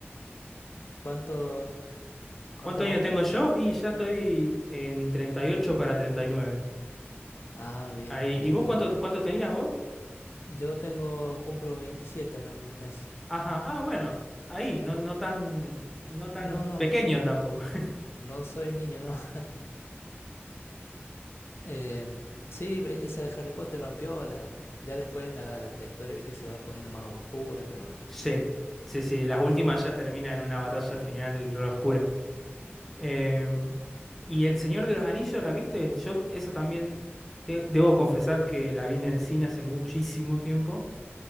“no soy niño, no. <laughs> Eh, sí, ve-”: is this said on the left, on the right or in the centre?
Left